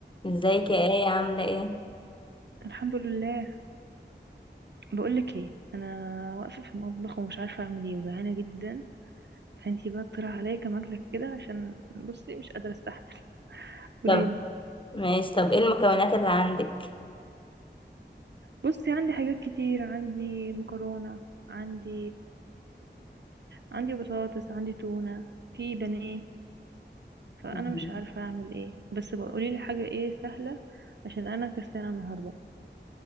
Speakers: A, on the left; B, on the right.
A: ازيك يا ايه عاملة ايه
B: الحمد لله بقولك ايه انا واقفه في المطبخ ومش عارفه اعمل ايه وجعانه جدا فانتي بقى اقترح عليا كام اكله كده عشان بصي مش قادره استحمل قوليلي
A: طب ماشي طب ايه المكونات اللي عندك
B: بصي عندي حاجات كتير عندي مكرونه عندي عندي بطاطس عندي تونه في بانيه فانا
A: مم.
B: مش عارفه اعمل ايه بس بقى قوليلي حاجه ايه سهله عشان انا كسلانه النهارده